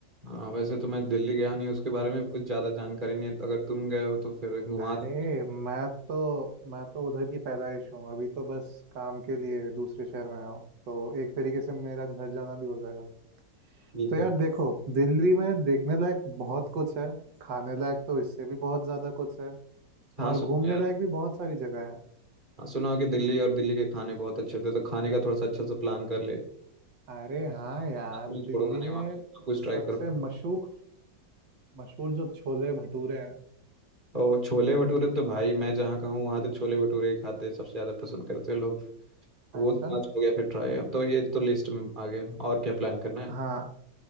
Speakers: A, on the right; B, on the right.
A: हाँ वैसे तो मैं दिल्ली गया नहीं उसके बारे में कुछ ज़्यादा जानकारी नहीं है तो अगर तुम गए हो तो फिर घुमा
B: अरे
A: दो
B: मैं तो मैं तो उधर की पैदाइश हूँ अभी तो बस काम के लिए दूसरे शहर में आया हूँ तो एक तरीके से मेरा घर जाना भी हो जाएगा
A: ठीक
B: तो
A: है
B: यार देखो दिल्ली में देखने लायक बहुत कुछ है खाने लायक तो इससे भी बहुत ज़्यादा कुछ है
A: हाँ
B: और
A: सुनो
B: घूमने
A: यार
B: लायक भी बहुत सारी जगह है
A: हाँ सुना हो कि दिल्ली और दिल्ली के खाने बहुत अच्छे होते हैं तो खाने का थोड़ा सा अच्छा सा प्लान कर ले हाँ,
B: अरे हाँ यार
A: तो मैं तुम्हें
B: दिल्ली
A: छोड़ूंगा नहीं
B: में
A: वहाँ पे सब कुछ
B: सबसे
A: ट्राई करो
B: मशहूर मशहूर जो छोले भटूरे हैं
A: और छोले भटूरे तो भाई मैं जहाँ का हूँ वहाँ तो छोले भटूरे ही खाते हैं, सबसे ज़्यादा पसंद करते हैं लोग वो
B: अच्छा
A: तो आज हो गया फिर ट्राई अब तो ये तो लिस्ट में आ गया और क्या प्लान करना है
B: हाँ